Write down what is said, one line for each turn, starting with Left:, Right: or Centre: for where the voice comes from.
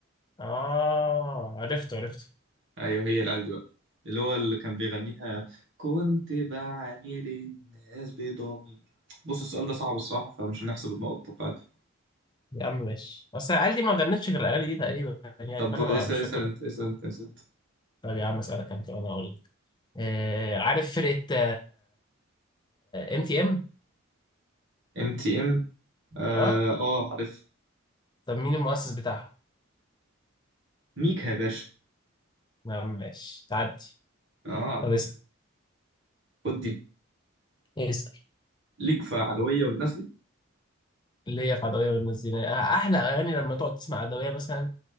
Left: اه عرفته عرفته
Right: ايوه هي العيال دي بقى اللي هو اللي كان بيغنيها كنت بعامل الناس بضمير بص السؤال ده صعب الصراحه فمش هنحسب النقط بتاعته
Left: يا عم ماشي اصل العيال دي ما غنتش غير الاغاني دي تقريبا يعني
Right: طب
Left: فانا
Right: اسال
Left: ما مش
Right: اسال
Left: فاكر
Right: انت اسال انت اسال انت
Left: طب يا عم اسالك انت وانا اقول لك آه عارف فرقه ام تي ام
Right: ام تي ام اه
Left: اه MTM؟ آه؟
Right: آه، عارف
Left: طب مين المؤسس بتاعهم؟
Right: ميكا يا باشا
Left: يا عم ماشي تعدي
Right: اه
Left: طب اسال
Right: خد دي
Left: اسال
Right: ليك في عدويه والناس دي
Left: ليا في عدوية والمزينة آه، أحلى أغاني لما تقعد تسمع عدوية مثلا